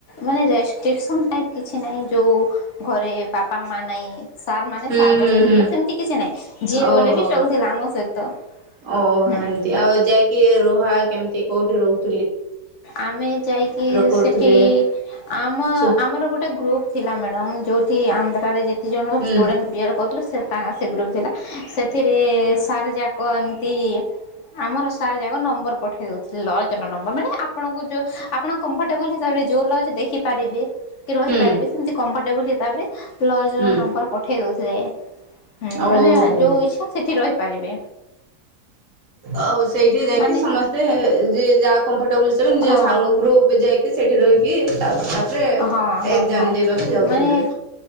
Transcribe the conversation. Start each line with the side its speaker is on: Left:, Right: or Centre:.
Left: ମାନେ ରେଷ୍ଟ୍ରିକସନ ଟାଇପ କିଛି ନାହିଁ ଯୋଉ ଘରେ ବାପା ମା ନାଇଁ ସାର୍ ମାନେ
Right: ହୁଁ
Left: ସାର୍ଙ୍କ
Right: ହୁଁ
Left: ସହିତ
Right: ହୁଁ
Left: ଯିବା ସେମିତି କିଛି ନାହିଁ ଯିଏ
Right: ଓହୋ
Left: ଗଲେ ବି ଚଳୁଥିଲା ଆମ ସହିତ
Right: ଓହୋ
Left: ହୁଁ।
Right: ଏମିତି ଆଉ ଯାଇକି ରୁହା କେମିତି କଠ ରହୁଛି
Left: ଆମେ ଯାଇକି
Right: କରୁଥିଲେ?
Left: ସେଠି ଆମ
Right: ହୁଁ
Left: ଆମର ଗୋଟେ ଗ୍ରୁପ ଥିଲା ମ୍ୟାଡ଼ମ୍ ଯୋଉଠି ଆନ୍ଧ୍ରାରେ ଯେ ସେ ଜଣ
Right: ହୁଁ
Left: ଷ୍ଟୁଡେଣ୍ଟ ବିଏଡ଼ କରିଥିଲେ ସେ ଗ୍ରୁପ ଥିଲା ସେଥି ସାରଜା କମତି ଆମର ସାର୍ ଯାକ ନମ୍ବର ପଠେଇ ଦଉଥିଲେ ଲଜନ ନମ୍ ମାନେ ଆପଣଙ୍କୁ ଯୋଉ ଆପଣ କମ୍ଫଟେବଲ ହିସାବରେ ଯୋଉ ଲଜ ଦେଖିପାରିବେ କି ରହିପାରିବେ
Right: ହୁଁ
Left: ସେମିତି କମ୍ ଫ ତାପ୍ ରେ ଲଜ୍
Right: ହୁଁ।
Left: ର ନମ୍ବର୍ ପଠେଇ ଦେଉ ସେ ହୁଁ
Right: ଓହୋ
Left: ମାନେ ଯୋଉ ଇଚ୍ଛା ସେଠି ରହିପାରିବେ।
Right: ଆଉ ସେଇଠି ଯାଇକି
Left: ମାନେ
Right: ସମସ୍ତେ ଯି ଯା କମ୍ ଫ ଟେବୁଲ୍ ସେବି ନିଜ
Left: ହଁ
Right: ସାଙ୍ଗ ଗ୍ରୁପ ଯାଇକି ସେଠି ରହିକି ତାପରେ
Left: ହଁ ହଁ
Right: ଏଗ୍ଜାମ୍
Left: ହଁ
Right: ଦେବାକୁ ଯାଉଥିଲି।
Left: ମାନେ